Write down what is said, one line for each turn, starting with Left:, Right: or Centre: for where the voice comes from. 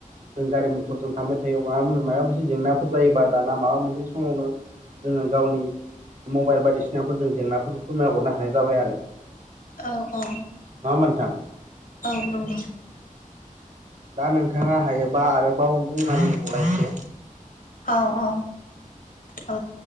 Right: जों गारि मथरजों थांबाय <unintelligible> माबा मोनसे जेंनाफोर जायोबा दाना माबा मोनसे समावनो जोङो गावनि मबाइल बायदिसिनाफोर जों जेंनाफोरखौ नायहरनो हानाय जाबाय आरो।
Left: औ औ गौ
Right: नङा होमबा नोंथां
Left: औ नंगौ।
Right: दा नोंथाङा हायोबा आरोबाव बुंनाहोबावलाय एसे।
Left: औ औ औ